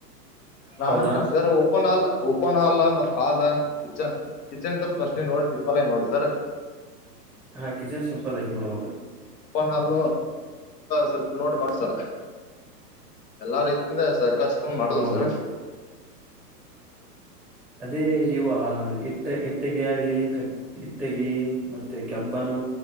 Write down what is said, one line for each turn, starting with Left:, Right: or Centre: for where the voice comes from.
Left: ನಾನಂತೀನಿ
Centre: ಹೌದಾ
Left: sir open hall open hall ಮತ್ ಹಾಲ್ ಕಿಚನ್ ಕಿಚನ್ ಸ್ವಲ್ಪ ಅಷ್ಟ ನೋಡಿ ಸಿಂಪಲ್ ಆಗಿ ಮಾಡುದು ಸರ್
Centre: ಹಾ ಕಿಚನ್ ಸಿಂಪಲ್ ಆಗಿ ಮಾಡಬೇಕು
Left: ಪ್ಪನಲ್ಲು ಸ್ವಲ್ಪ ನೋಡಿ ಮಾಡ್ತಾರ ಎಲ್ಲಾ ರೀತಿಯಿಂದ ಕರ್ಸ್ಕೊಂಡ್ ಮಾಡದು
Centre: ಹೌದು
Left: ಸರ್
Centre: ಅದೇ ಇವ ಇಟ್ಟ ಇಟ್ಟೆಗೆ ಆಗ್ಲಿ ಇಟ್ಟಗಿ ಮತ್ತೆ ಕೆಬ್ಬನು